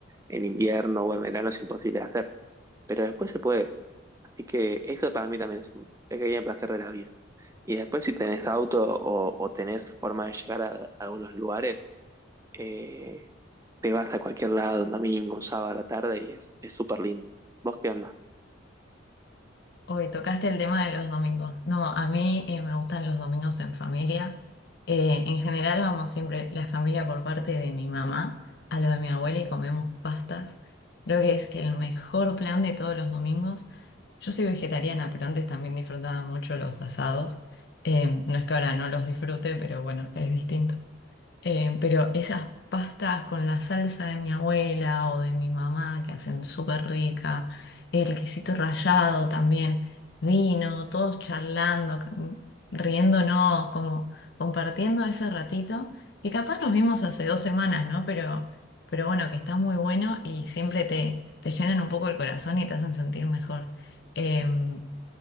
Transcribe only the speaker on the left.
Hoy tocaste el tema de los domingos. No, a mí eh, me gustan los domingos en familia. Eh, en general vamos siempre la familia por parte de mi mamá a lo de mi abuela y comemos pastas. Creo que es el mejor plan de todos los domingos. Yo soy vegetariana, pero antes también disfrutaba mucho los asados. Eh, no es que ahora no los disfrute, pero bueno, es distinto. Eh, pero esas pastas con la salsa de mi abuela o de mi mamá que hacen súper rica, el quesito rallado también, vino, todos charlando, c- riéndonos, como compartiendo ese ratito, que capaz nos vimos hace dos semanas, ¿no? Pero, pero bueno, que está muy bueno y siempre te, te llenan un poco el corazón y te hacen sentir mejor. Em,